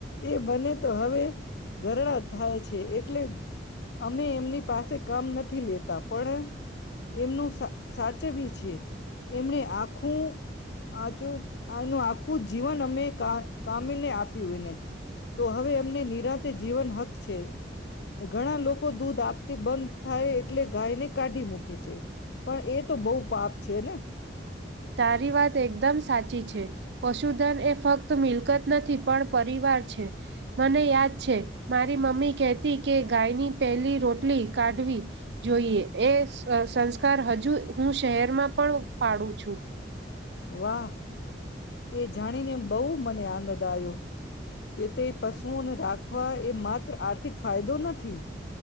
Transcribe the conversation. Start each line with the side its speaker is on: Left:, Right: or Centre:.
Left: એ બને તો હવે ઘરડા થાય છે એટલે અમે એમની પાસે કામ નથી લેતા પણ એમનું સાચવી છે એમને આખું આ જો આનું આખું જીવન અમે કા કામીને આપ્યું એને તો હવે એમને નિરાંત જીવન હક છે. ઘણા લોકો દૂધ આપતી બંધ થાય એટલે ગાય કાઢી મુખી છે. પણ એ તો બહુ પાપ છે ને.
Right: તારી વાત એકદમ સાચી છે પશુધન એ ફક્ત મિલકત નથી પણ પરિવાર છે મને યાદ છે મારી મમ્મી કહેતી કે ગાયની પહેલી રોટલી કાઢવી જોઈએ એ સંસ્કાર હજુ હું શહેરમાં પણ પાડું છું.
Left: વાહ એ જાણીને બહુ મને આનંદ આવ્યો કે તે પશુઓને રાખવા એ માત્ર આર <unintelligible> ફાયદો નથી